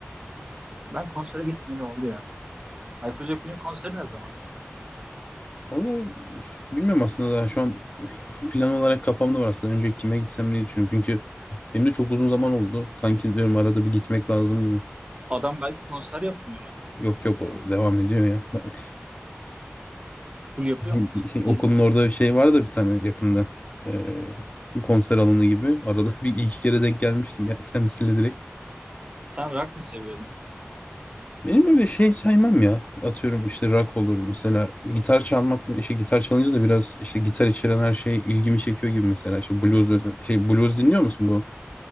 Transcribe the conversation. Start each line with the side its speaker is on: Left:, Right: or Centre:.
Right: Ben konsere gitmeyeli oldu ya. Hayko Cepkin'in konseri ne zaman?
Left: Valla bilmiyorum aslında daha şu an <laughs> plan olarak kafamda var aslında. Önce kime gitsem diye düşünüyorum. Çünkü benim de çok uzun zaman oldu. Sanki diyorum arada bir gitmek lazım gibi.
Right: Adam belki konser yapmıyor ya.
Left: Yok yok o devam ediyor ya. Ben- <laughs>
Right: Full yapıyor
Left: Bizim
Right: mu?
Left: bir şey,
Right: İz-
Left: okulun orada bir şey var da bir tane yakında. Ee, konser alanı gibi. Arada bir iki kere denk gelmiştim ya- kendisiyle direkt.
Right: Sen rock mı seviyordun?
Left: Benim öyle şey saymam ya. Atıyorum işte rock olur mesela. Gitar çalmak, işte gitar çalınca da biraz işte gitar içeren her şey ilgimi çekiyor gibi mesela. İşte blues mesela. Şey blues dinliyor musun bu?